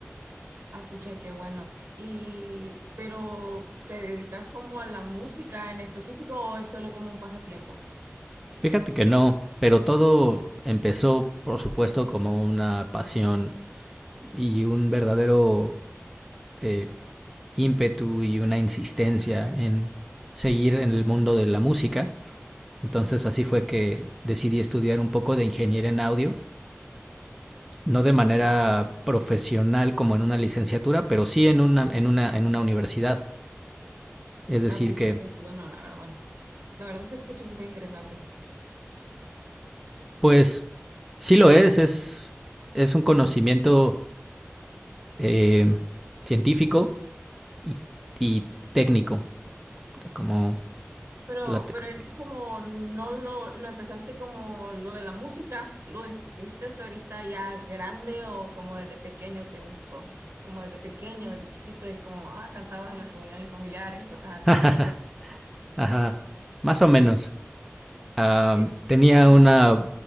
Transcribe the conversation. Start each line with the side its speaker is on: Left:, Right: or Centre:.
Right: Ah, pucha, qué bueno. Y, pero ¿te dedicas como a la música en específico o es solo como un pasatiempo?
Centre: Fíjate que no, pero todo empezó, por supuesto, como una pasión y un verdadero... eh, ímpetu y una insistencia en seguir en el mundo de la música. Entonces así fue que decidí estudiar un poco de ingeniería en audio, no de manera
Right: ¿No?
Centre: profesional como en una licenciatura, pero sí en una, en una, en una universidad. Es decir
Right: Ah, pucha,
Centre: que,
Right: qué bueno, la verdad. La verdad se escucha súper interesante.
Centre: pues, sí lo es, es, es un conocimiento eh, científico y, y técnico, como
Right: Pero,
Centre: la... Tec-
Right: pero eso es como, no lo, lo empezaste como lo de la música, lo descubriste ahorita ya grande o como desde pequeño te gustó, como desde pequeño, desde chiquito, es como, ah, cantabas en las reuniones familiares y cosas así,
Centre: <laughs>
Right: ¿me entiendes?
Centre: Ajá, más o menos. Am,
Right: Eh,
Centre: tenía
Right: Ajá.
Centre: una,